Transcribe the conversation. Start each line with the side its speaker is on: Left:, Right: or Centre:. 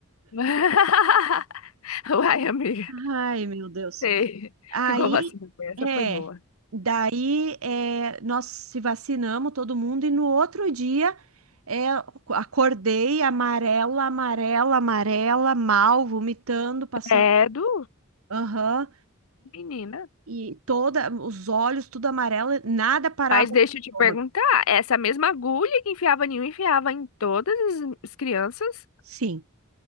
Left: <laughs> Uai, amiga.
Right: <laughs> Ai, meu Deus.
Left: Sei.
Right: Aí,
Left: Igual vacina. foi, Essa
Right: é,
Left: foi boa.
Right: daí é, nós se vacinamos todo mundo e no outro dia é, acordei amarela, amarela, amarela, mal, vomitando, passando,
Left: Credo,
Right: aham,
Left: menina.
Right: e toda, os olhos tudo amarelo, nada parava
Left: Mas
Right: o
Left: deixa eu te
Right: estômago.
Left: perguntar, essa mesma agulha que enfiava em um, enfiava em todas as as crianças?
Right: Sim,